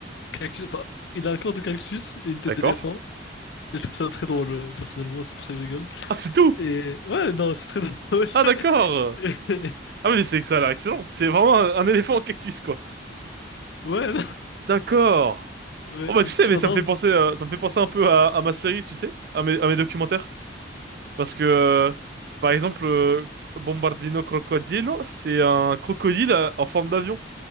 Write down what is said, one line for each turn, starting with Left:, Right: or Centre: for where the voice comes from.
Left: cactus. Enfin, il a un corps de cactus et une tête
Right: D'accord.
Left: d'éléphant. Et Je trouve ça très drôle, euh, personnellement, c'est pour ça que je rigole.
Right: Ah, c'est tout!
Left: Et ouais, non, c'est très drôle.
Right: Ah, d'accord!
Left: <laughs> Et-
Right: Ah, mais c'est que ça, là, excellent. C'est vraiment un, un éléphant en cactus, quoi.
Left: Ouais, non,
Right: D'accord.
Left: ouais,
Right: Oh, bah,
Left: il
Right: tu
Left: est
Right: sais,
Left: situé
Right: mais
Left: en
Right: ça
Left: Inde.
Right: me fait penser, euh, ça me fait penser un peu à, à ma série, tu sais, à mes, à mes documentaires. Parce que, euh, par exemple, euh, Bombardino Crocodilo, c'est un crocodile euh, en forme d'avion.